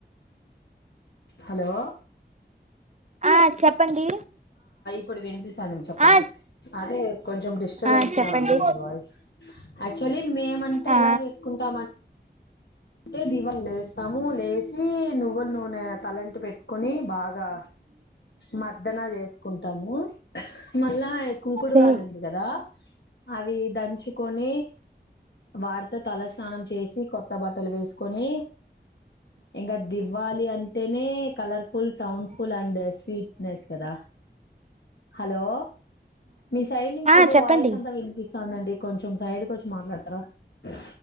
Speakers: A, on the left; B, on the right.
A: హలో
B: ఆ చెప్పండి
A: ప్పుడు విని తనుం చెప్పండి
B: ఆ
A: అదే కొంచెం డిస్టర్బెన్స్
B: ఆ చెప్పండి
A: గా ఉంది మీ వాయిస్ యాక్చువలీ మేమంటే
B: ఆ
A: ఎలా చేసుకుంటా ఏ దివన్లేస్ స్తాము లేసి నువ్వుల నూనె తలంటి పెట్టుకొని బాగా మర్దన చేసుకుంటాము మళ్ళా కుంకుడుగాలు
B: మ్మ్
A: ఉంది కదా అవి దంచుకొని వాడుత తల స్నానం చేసి కొత్త బట్ట ట్టలు వేస్ కొని ఇంకా దివాళి అంటేనే colourful sound full and sweetness కదా హలో మీ సైడ్ నుంచి
B: ఆ
A: ఏదో
B: చెప్పండి
A: వాయిస్ అంతా వినిపిస్ అవునండి కొంచెం కొంచెం సైడికి వచ్చి మాట్లాడతారా ఆ